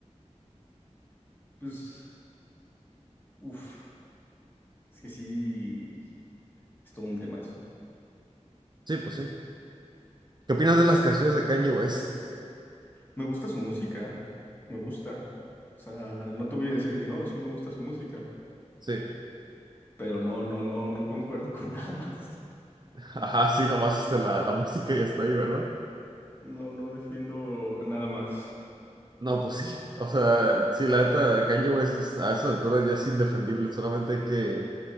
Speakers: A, on the left (about 15°); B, on the right (about 40°).
A: pues... uff, es que sí, es todo un tema eso.
B: Sí, pues sí. ¿Qué opinas de las canciones de Kanye West?
A: Me gusta su música, me gusta. O sea, no te voy a decir que no, sí me gusta su música,
B: Sí.
A: pero no, no, no, no concuerdo con <laughs> nada más.
B: <laughs> Ajá, sí, nomás este, la, la música ya está ahí, ¿verdad?
A: No, no defiendo nada más.
B: No, pues sí. O sea, sí, la neta, Kanye West es- a esas alturas ya es indefendible. Solamente hay que